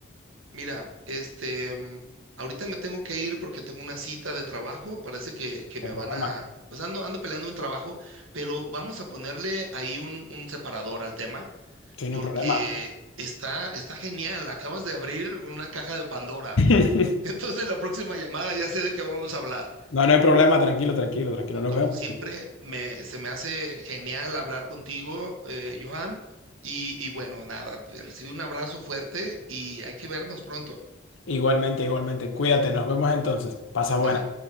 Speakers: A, on the right (about 90°); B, on the left (about 80°).
A: Mira, este, mm, ahorita me tengo que ir porque tengo una cita de trabajo. Parece que, que
B: El
A: me van
B: problema.
A: a, pues ando, ando peleando un trabajo, pero vamos a ponerle ahí un, un separador al tema
B: Sí,
A: porque
B: no hay problema.
A: está, está genial. Acabas de abrir una caja de Pandora.
B: <laughs>
A: <laughs> Entonces la próxima llamada ya sé de qué vamos a hablar.
B: No, no hay problema, tranquilo, tranquilo, tranquilo.
A: O
B: Nos
A: como
B: vemos.
A: siempre, me, se me hace genial hablar contigo, eh, Johan. Y, y bueno, nada, te recibí un abrazo fuerte y hay que vernos pronto.
B: Igualmente, igualmente. Cuídate, nos vemos entonces. Pasa
A: Bye.
B: buena.